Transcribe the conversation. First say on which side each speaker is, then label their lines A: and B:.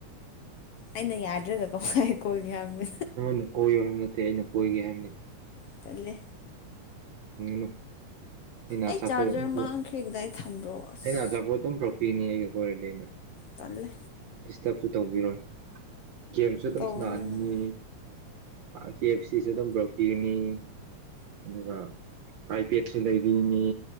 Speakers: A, on the left; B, on the right.
A: ꯑꯩꯅ ꯌꯥꯗ꯭ꯔꯒ ꯀꯧꯃꯥꯏ ꯀꯣꯏꯒꯦ ꯍꯥꯏꯕ꯭ꯔ
B: ꯅ ꯀꯣꯏꯌꯣ ꯍꯥꯏꯕ ꯅꯠꯇꯦ ꯑꯩꯅ ꯀꯣꯏꯒꯦ ꯍꯥꯏꯕꯅꯤ
A: ꯇꯂꯦ
B: ꯅꯣ ꯑꯩꯅ ꯑꯆꯥꯄꯣꯠ
A: ꯑꯩ ꯆꯥꯔꯖꯔ
B: ꯑꯗꯨꯝ
A: ꯃꯥꯡꯈ꯭ꯔꯦ ꯀꯗꯥꯏ ꯊꯝꯕ꯭ꯔꯣ ꯑꯁ
B: ꯑꯩꯅ ꯑꯆꯥꯄꯣꯠ ꯑꯗꯨꯝ ꯄꯤꯅꯤ ꯑꯩꯒ ꯀ꯭ꯋꯥꯔꯦꯟꯇꯅꯥ
A: ꯇꯜꯂꯦ
B: ꯗꯤꯁꯇꯔꯕꯁꯨ ꯇꯧꯕꯤꯔꯣꯏ ꯒꯦꯝꯁꯨ ꯑꯗꯨꯝ
A: ꯇꯧꯒꯅꯤ
B: ꯁꯅꯥꯍꯟꯒꯅꯤ
A: ꯅꯪ
B: ꯀꯦ ꯑꯦꯐ ꯁꯤꯁꯨꯦ ꯑꯗꯨꯝ ꯕ꯭ꯔꯣꯀꯤꯅꯤ ꯑꯗꯨꯒ ꯑꯥꯏꯄꯦꯠꯁꯨ ꯂꯩꯕꯤꯅꯤ꯫